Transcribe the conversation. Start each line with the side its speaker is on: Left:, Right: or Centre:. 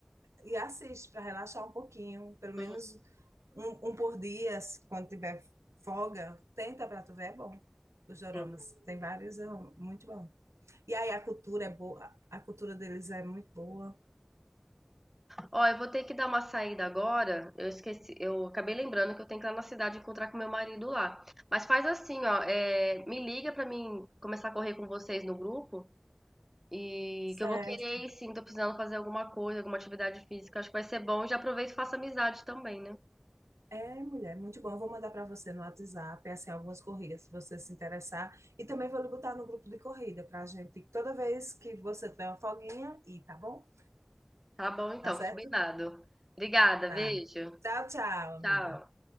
Right: e assiste para relaxar um pouquinho. Pelo
Centre: Hum,
Right: menos Um, um por dia, se- quando tiver folga, tenta pra tu ver, é bom. Os doramas.
Centre: sim.
Right: Tem vários, é um- muito bom. E aí a cultura é boa, a cultura deles é muito boa.
Centre: Ó, eu vou ter que dar uma saída agora. Eu esqueci, eu acabei lembrando que eu tenho que ir lá na cidade encontrar com meu marido lá. Mas faz assim, ó, é, me liga pra mim começar a correr com vocês no grupo e
Right: Certo.
Centre: que eu vou querer ir sim, tô precisando fazer alguma coisa, alguma atividade física. Acho que vai ser bom. Já aproveito e faço amizade também, né?
Right: É, mulher, muito bom. Eu vou mandar pra você no WhatsApp, assim, algumas corridas, se você se interessar. E também vou lhe botar no grupo de corrida pra gente, toda vez que você tiver uma folguinha, e tá bom?
Centre: Tá bom, então,
Right: Tá certo?
Centre: combinado. Obrigada,
Right: Tá.
Centre: beijo.
Right: Tchau, tchau, amiga.
Centre: Tchau.